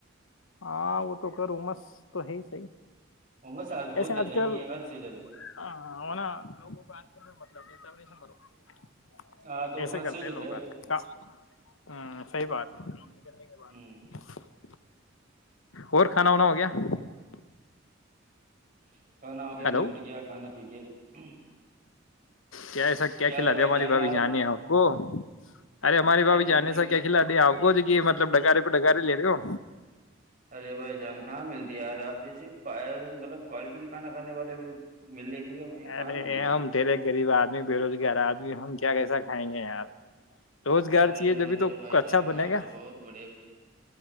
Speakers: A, on the left; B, on the right.
A: ہاں وہ تو کروں مس تو ہے صحیح
B: عمس بہت
A: ایسے آج
B: زیادہ
A: کل
B: ہی ہے حد سے زیادہ
A: وہ ن لوگوں کا آج کل مطلب کہتا <unintelligible> م بر <unintelligible>
B: ہاں تو
A: ایسے
B: حد
A: کرتے
B: سے زیادہ
A: ہیں لوگ آج
B: ہے
A: کل کا ہ صحیح بات ہے کام نکلنے کے بعد
B: ہ
A: <unintelligible> اور کھانا وانا ہو گیا <unintelligible>
B: ج <unintelligible> کانا ہو کیا
A: ہلو
B: نمٹگ کھانا پ کے <unintelligible>
A: کیا ایسا کیا کھلا
B: ہوا
A: د
B: بھائی
A: ہماری بابھی
B: آج
A: جان ہکو ارے ہماری بھ بھی
B: کچھ
A: جان
B: نہیں
A: سے کیا کھلا دے آ و جگی مطلب ڈگارے پہ ڈگارے لے رہے ہو
B: ارے بھائی جان کہاں ملتی ہے یار آپ جیسے پ مطلب کوالٹی کے کھانا کھانے والے ملے گی کہاں
A: ارے
B: ملے گی
A: ہم ترے غریب آدمی بے روزگار آدمی ہم کیا کہساتے ہیں گے ار <unintelligible> روزگار
B: ارے
A: چاہیے
B: نہیں
A: جبھی
B: رے
A: تو
B: بھائی
A: اچھا
B: جان
A: بنے
B: آپ
A: گا
B: تو بہت بڑے